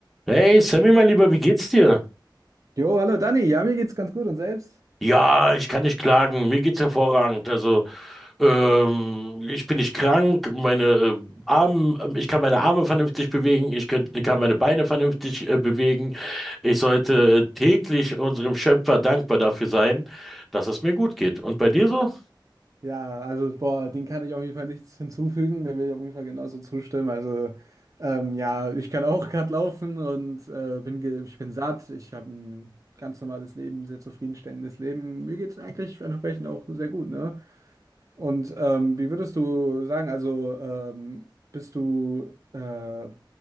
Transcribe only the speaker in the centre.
Hey Sammy, mein Lieber, wie geht's dir?
Ja, ich kann nicht klagen. Mir geht's hervorragend. Also, ähm, ich bin nicht krank. Meine ähm, Arme, ich kann meine Arme vernünftig bewegen. Ich könnt, kann meine Beine vernünftig äh, bewegen. Ich sollte äh, täglich unserem Schöpfer dankbar dafür sein, dass es mir gut geht. Und bei dir so?